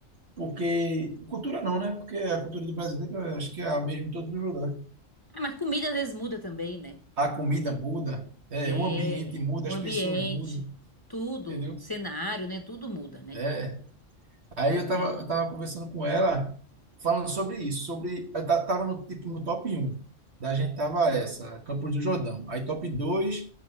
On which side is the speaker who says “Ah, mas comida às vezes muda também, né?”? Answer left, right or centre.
Left